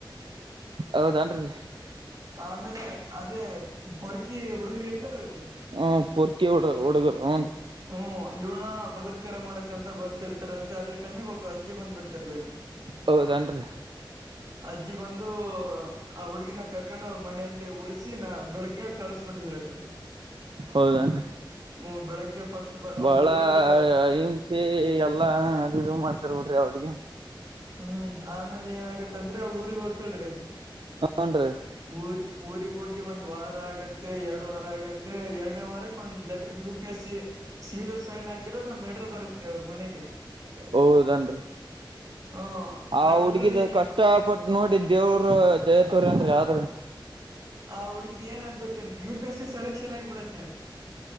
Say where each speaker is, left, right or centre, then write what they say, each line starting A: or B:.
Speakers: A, on the right; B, on the right.
A: <inaudible> ಹೌದನ್ರಿ
B: ಆಮೇಲೆ ಅದೇ ಪೊರ್ಕಿ ಹುಡುಗರಿ ಇಡ್ತಾರಲ್ರಿ
A: ಹ್ಂ ಪುರ್ಕಿ ಹಡ್ರ ಹುಡುಗರು ಅವ್ನ್
B: ಹ್ಮ್ ಇವನ ಬಲತ್ಕಾರ ಮಾಡಕಂತ ಬರ್ತಿರ್ತಾರಂತೆ ಅದೇ ಟೈಮಿಗೆ ಅಜ್ಜೆ ಬಂದ್ಬಿಡ್ತಾರೀ ಅಲ್ಲಿ
A: ಹೌದನ್ರರಿ
B: <inaudible> ಅಜ್ಜಿ ಬಂದು ಆ ಹುಡ್ಗಿನ ಕಕೊಂಡ್ ಅವ್ರ ಮನೆಯಲ್ಲಿ ಉಳಿಸಿ ನಾ ಬೆಳಗ್ಗೆ ಕಳಿಸ್ಬಿಟ್ಟಿದ್ರಟ <inaudible>
A: ಹೌದನ್ರಿ
B: ಹ್ಮ್ ಬೆಳಗ್ಗೆ ಫಸ್ಟ್ ಬ ಅವ್ರ
A: ಬಾಳ
B: ಊರಿಗೆ
A: ಂಸಿ ಎಲ್ಲಾ ಅದು ಇದು ಮಾಡ್ತಾರ ೋಡ್ರಿ ಅವ್ರಿಗೆ
B: ಹ್ಮ್ ಆಮೇಲೆ ಏನ ಆಾಗತ್ತಂದ್ರೆ ಅವ್ಳ ಊರಿಗೆಗ್ ಹೋಗ್ತಾಳರಿ
A: ಹನ್ ರೀ
B: ಊರ್ ಊಗ್ ಹೋಗಿ ಒಂದ್ ವಾರ ಆಗತ್ತೆ ಎರಡು ವಾರ ಆಗತ್ತೆ ಎರಡನೇ ವಾರಕ್ಕೆ ಒಂದ್ letter U P S C ಸೀದು ಸೈನ್ ಹಾಕಿರೋದು ಒಂದ್ ಲೆಟರ್ ಬರುತ್ ರೀ ಅವ್ರ ಮನೆಗೆ
A: ಹೌದನ್ರಿ
B: ಹ
A: ಆ
B: ಲೆಟ್ರಲ್ಲಿ
A: ಹುಡ್ಗಿದ
B: ಏನ
A: ಕಷ್ಟ ಇಷ್ಟ ಪಟ್ಟ ನೋಡಿ ದೇವರು ದಯತೋರಿ ಅಂದ್ರ ಆದ್ರೂ
B: ಆ ಹುಡ್ಗಿನ್ ಏನಾದ್ ಗೊತ್ತೇ U P S C selection ಆಗಿಬಿಡತ್ತೆ